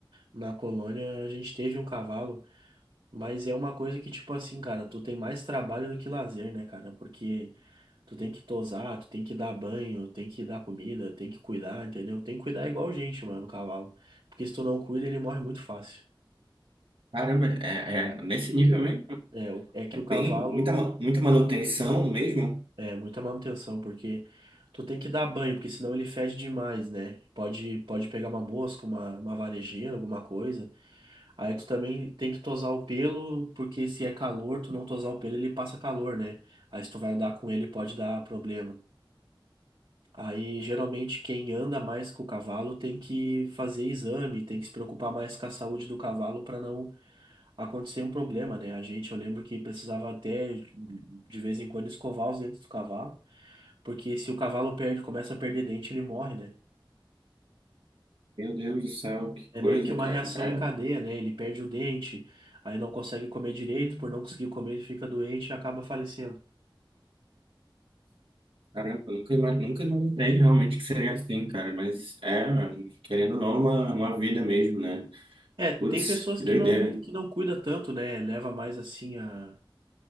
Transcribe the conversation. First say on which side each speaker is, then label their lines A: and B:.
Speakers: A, on the right (about 70°); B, on the right (about 90°).
A: na colônia, a gente teve um cavalo. Mas é uma coisa que, tipo assim, cara, tu tem mais trabalho do que lazer, né, cara? Porque tu tem que tosar, tu tem que dar banho, tem que dar comida, tem que cuidar, entendeu? Tem que cuidar igual gente, mano, o cavalo. Porque se tu não cuida, ele morre muito fácil.
B: Caramba, é, é nesse nível mesmo?
A: É, o- é que
B: É bem,
A: o cavalo.
B: muita, ma- muita manutenção mesmo?
A: É, muita manutenção, porque tu tem que dar banho, porque senão ele fede demais, né? Pode, pode pegar uma mosca, uma, uma varejeira, alguma coisa. Aí tu também tem que tosar o pelo, porque se é calor, tu não tosar o pelo, ele passa calor, né? Aí se tu vai andar com ele, pode dar problema. Aí geralmente quem anda mais com o cavalo tem que fazer exame, tem que se preocupar mais com a saúde do cavalo para não acontecia um problema, né? A gente, eu lembro que precisava até de vez em quando escovar os dentes do cavalo, porque se o cavalo perde, começa a perder dente, ele morre, né?
B: Meu Deus do céu, que coisa,
A: É meio que uma
B: cara.
A: reação
B: É,
A: em cadeia, né? Ele perde o dente, aí não consegue comer direito, por não conseguir comer, ele fica doente e acaba falecendo.
B: caramba, eu nunca, ima- nunca imaginei realmente que seria assim, cara. Mas é, mano, querendo ou não, é uma, uma vida mesmo, né?
A: É, tem
B: Putz,
A: pessoas
B: que
A: que
B: doideira.
A: não que não cuida tanto, né? Leva mais assim a